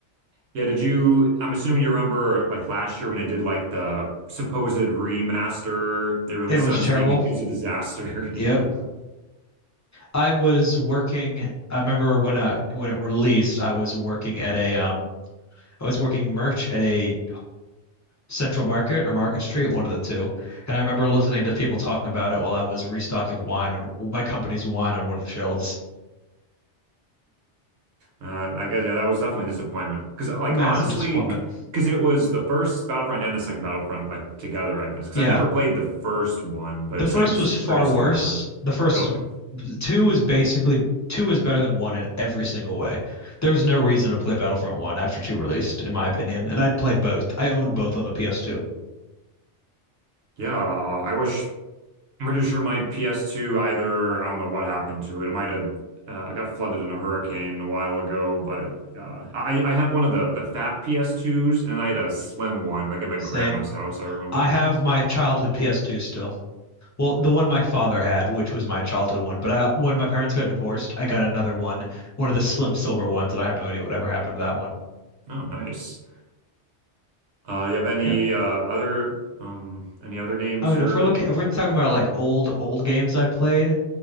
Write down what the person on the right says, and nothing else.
Yeah, did you? I'm assuming you remember like last year when they did like the supposed remaster they released
on
Steam and it was a disaster. <laughs>
Uh, I guess yeah, that was definitely a disappointment. Because like
honestly,
because it was the first Battlefront and the second Battlefront like together, I guess. Because
I never played the first one, but
it
seems
pretty
similar,
really.
Yeah, uh, I wish. I'm pretty sure my PS2 either, I don't know what happened to it. It might have uh, got flooded in a hurricane a while ago, but uh, I, I had one of the, the fat PS2s and then I had a slim one, like at my
grandma's house, I remember.
Oh, nice. Uh, you have any
uh, other um, any other games
or